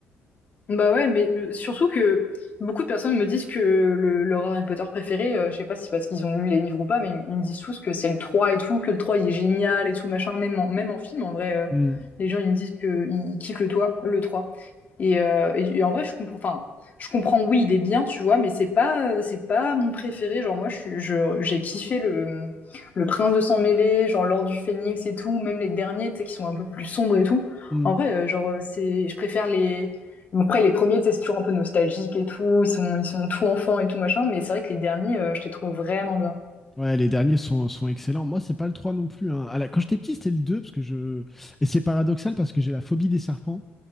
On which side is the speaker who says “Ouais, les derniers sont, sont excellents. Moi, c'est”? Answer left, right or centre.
Centre